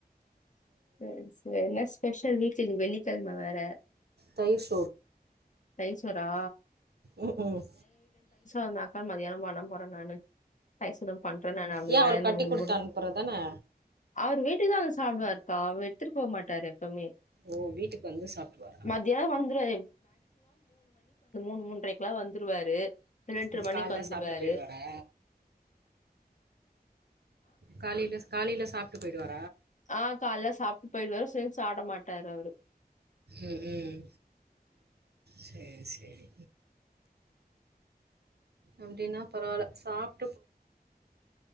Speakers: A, on the left; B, on the right.
A: தேங்க்ஸ்ங்க என்ன ஸ்பெஷல் வீட்ல வெள்ளிக்கெழமை வேற
B: தயிர்
A: தயிற்சோரா
B: உம் ஊஹ்
A: இருந்தாக்கா மதியானம் பண்ண போறேன் நானு. தயிர் சாதம் பண்றேன் நானு அப்டின்னாரு
B: ஏன் அவரு கட்டி குடுத்து அனுப்புறதானே
A: அவரு வீட்டுக்கு தான் வந்து சாப்பிடுவாருக்கா. அவரு எடுத்துட்டு போ மாட்டாரு எப்பவுமே.
B: ஓ வீட்டுக்கு வந்து சாப்பிடுவாரா
A: மதியானம் வந்துருவாரு. மூன்றரைக்குல்லா வந்துருவாரு ரெண்டர
B: ம்
A: மணிக்கு
B: கால்ல
A: வந்துருவாரு
B: சாப்ட்டு போயிடுவாரா காலையில காலையில சாப்ட்டு போயிடுவார்
A: ஆஹ் கால சாப்ட்டு போயிருவாரு சேர்த்து சாப்ட மாட்டாரு அவரு
B: ம் ம் சேரி சேரி அப்டின்னா பரவால்ல சாப்